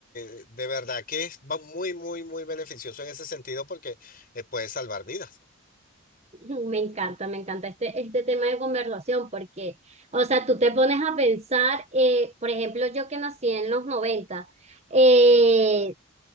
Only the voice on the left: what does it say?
eh, eh, de verdad que es va muy, muy, muy beneficioso en ese sentido porque eh, puede salvar vidas.